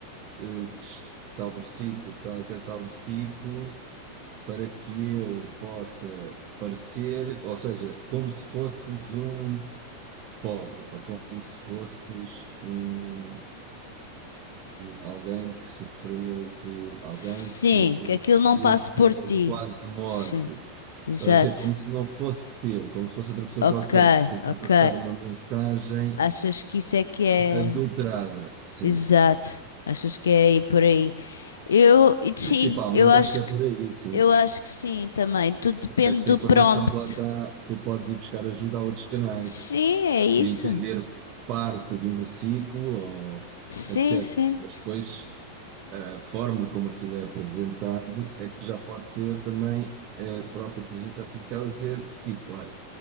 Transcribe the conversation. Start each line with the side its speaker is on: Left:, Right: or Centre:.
Right: que tal versículo, tal, até tal versículo, para que eu possa parecer, ou seja, como se fosses um pobre, ou como se fosses um, alguém que sofreu, que, alguém
Left: Sim,
Right: que teve
Left: que aquilo
Right: uma
Left: não
Right: experiência
Left: passe por ti.
Right: de quase morte,
Left: Sim, exato.
Right: Estás a dizer, como se não fosse eu, como se fosse outra pessoa
Left: Ok,
Right: qualquer, tentar
Left: ok.
Right: passar uma mensagem
Left: Achas que isso é que é.
Right: adulterada, sim.
Left: Exato. Achas que é aí por aí? Eu, e sim,
Right: Principalmente
Left: eu acho
Right: acho que é
Left: que,
Right: por aí, sim.
Left: eu acho que sim também. Tudo depende
Right: Porque essa
Left: do
Right: informação
Left: prompt.
Right: que lá está, tu podes ir buscar ajuda a outros canais
Left: Sim, é
Right: para
Left: isso.
Right: entender parte de um versículo ou
Left: Sim,
Right: etc.
Left: sim.
Right: Mas depois A forma como aquilo é apresentado é que já pode ser também a própria inteligência artificial a dizer, tipo, olha,